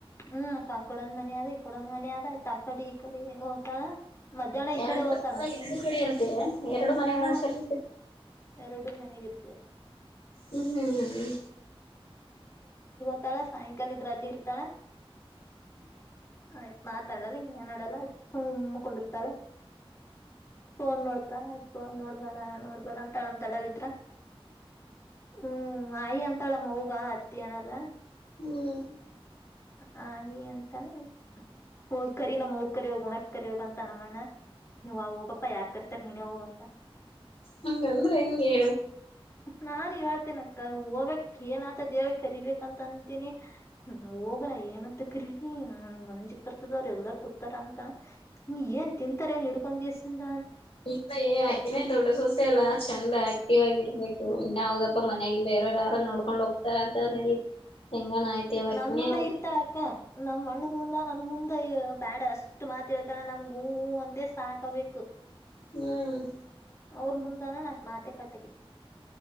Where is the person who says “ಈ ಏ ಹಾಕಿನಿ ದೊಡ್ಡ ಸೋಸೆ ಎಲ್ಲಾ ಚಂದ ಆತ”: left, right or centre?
Left